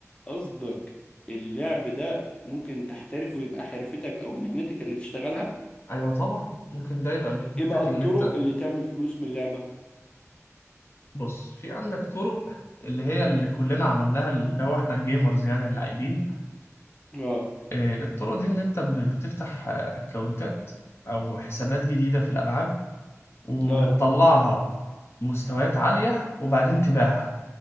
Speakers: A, on the left; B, on the left.
A: قصدك اللعب ده ممكن تحترف ويبقى حرفتك او مهنتك اللي تشتغلها
B: أيوة طبعا ممكن ده يبقى مهنتك
A: ايه بقى الطرق
B: اللي أنت
A: اللي تعمل فلوس من اللعبة
B: بص في عندك طرق اللي هي اللي كلنا عملناها اللي هو احنا الجيمرز يعني اللاعبين
A: اه
B: آه، الطرق دي ان انت ب- بتفتح آه، اكونتات او حسابات جديدة في الالعاب وبتطلعها
A: اه
B: مستويات عالية وبعدين تبيعها